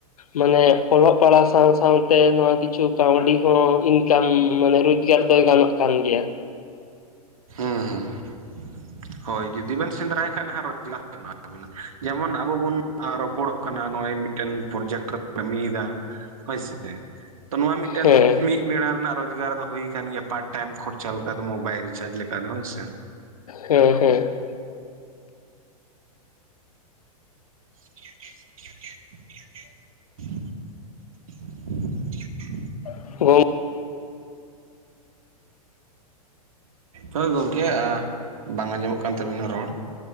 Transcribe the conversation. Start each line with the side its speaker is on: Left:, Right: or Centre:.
Left: ᱢᱟᱱᱮ ᱚᱞᱚᱜ ᱯᱟᱲᱦᱟᱣ ᱥᱟᱶ ᱥᱟᱶᱛᱮ ᱱᱚᱣᱟ ᱠᱤᱪᱷᱩ ᱠᱟᱹᱣᱰᱤ ᱦᱚᱸ ᱤᱱ ᱠᱟᱢ ᱢᱟᱱᱮ ᱨᱳᱡᱽᱜᱟᱨ ᱫᱚᱭ ᱜᱟᱱᱚᱜ ᱠᱟᱱ ᱜᱮᱭᱟ ᱾
Right: ᱦᱮᱸ ᱦᱮᱸ <inaudible> ᱦᱳᱭ ᱡᱩᱫᱤ ᱵᱮᱱ ᱥᱮᱸᱫᱽᱨᱟᱭ ᱠᱷᱟᱱ ᱦᱟᱜ ᱨᱳᱡᱽ <unintelligible> <unintelligible> ᱡᱮᱢᱚᱱ ᱟᱵᱚ ᱵᱚᱱ ᱨᱚᱯᱚᱲᱚᱜ ᱠᱟᱱᱟ ᱱᱚᱸᱜ-ᱚᱭ ᱢᱤᱫᱴᱮᱱ ᱯᱨᱚᱡᱮᱠᱴ ᱨᱮ <unintelligible> ᱠᱟᱹᱢᱤᱭᱮᱫᱟ ᱾ ᱦᱳᱭᱥᱮ ᱾ ᱛᱚ ᱱᱚᱣᱟ ᱢᱤᱫᱴᱮᱱ
Left: ᱦᱮᱸ
Right: ᱢᱤᱫ ᱵᱮᱲᱟ ᱨᱮᱱᱟᱜ ᱨᱳᱡᱽᱜᱟᱨ ᱫᱚ ᱦᱩᱭ ᱟᱠᱟᱱ ᱜᱮᱭᱟ, ᱯᱟᱴ ᱴᱟᱭᱤᱢ ᱠᱷᱚᱨᱪᱟ ᱞᱮᱠᱟ ᱫᱚ ᱢᱳᱵᱟᱭᱤᱞ ᱨᱤᱪᱟᱨᱪ ᱞᱮᱠᱟ ᱫᱚ ᱦᱳᱭᱥᱮ ᱾
Left: ᱦᱩᱸ ᱦᱩᱸ᱾
Right: <inaudible>
Left: <unintelligible>
Right: ᱦᱳᱭ ᱜᱚᱝᱠᱮ ᱟᱸ ᱵᱟᱝ ᱟᱸᱡᱚᱢᱚᱜ ᱠᱟᱱ ᱛᱟᱵᱮᱱᱟ ᱨᱚᱲ᱾